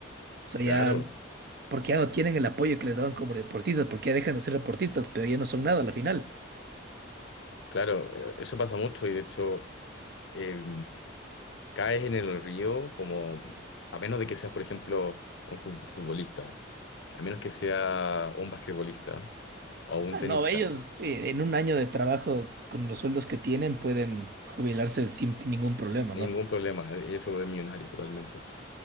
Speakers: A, on the right; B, on the left.
A: O sea, ya,
B: Claro,
A: porque ya no tienen el apoyo que les daban como deportistas, porque ya dejan de ser deportistas, pero ya no son nada a la final.
B: claro, eh, eso pasa mucho y de hecho eh, caes en el río como, a menos de que seas, por ejemplo, un fu- futbolista. A menos que sea un basquetbolista o un
A: Ah,
B: tenista,
A: No, ellos eh, en un año de trabajo con los sueldos que tienen pueden jubilarse sin ningún problema,
B: ningún
A: ¿no?
B: problema. eh, Ellos se vuelven millonarios totalmente.